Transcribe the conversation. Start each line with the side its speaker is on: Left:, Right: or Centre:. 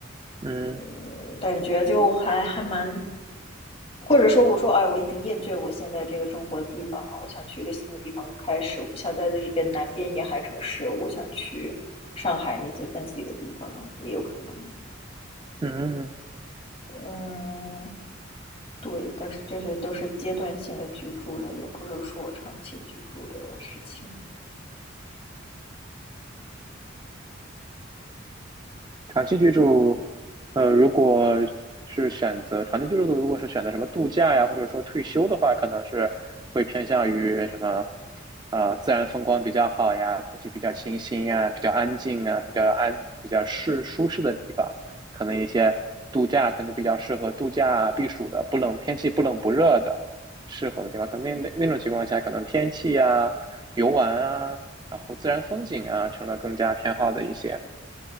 Right: 嗯
Left: 嗯，感觉就还还蛮，或者说我说，哎，我已经厌倦我现在这个生活的地方了，我想去一个新的地方开始，我不想待在这边南边沿海城市，我想去上海那些分析的地方，也有可能。
Right: 嗯嗯。
Left: 嗯，对，但是这些都是阶段性的居住了，也不是说长期居住的事情。
Right: 长期居住，呃，如果是选择长期居住的，如果是选择什么度假呀，或者说退休的话，可能是会偏向于什么啊、自然风光比较好呀，空气比较清新呀，比较安静啊，比较安，比较适舒适的地方，可能一些度假可能比较适合度假避暑的，不冷，天气不冷不热的，适合的地方。可能那那那种情况下，可能天气呀、游玩啊，然后自然风景啊，成了更加偏好的一些。